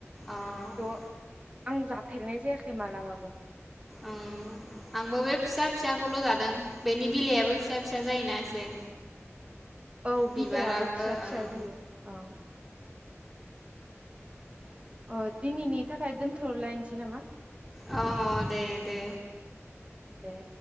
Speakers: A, in the centre; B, on the right.
A: अ ओं
B: त' आं जाफेरनाय जायाखै मालाबाबो।
A: उम आंबो बे फिसा फिसाखौल' जादों बेनि बिलाइयाबो फिसा फिसा जायोना एसे।
B: औ
A: बिबाराबो
B: बिलाइयाबो फिसा
A: ओं
B: फिसा जायो औ। ओ दिनैनि थाखाय दोनथ'लायनोसै नामा।
A: अ दे दे
B: दे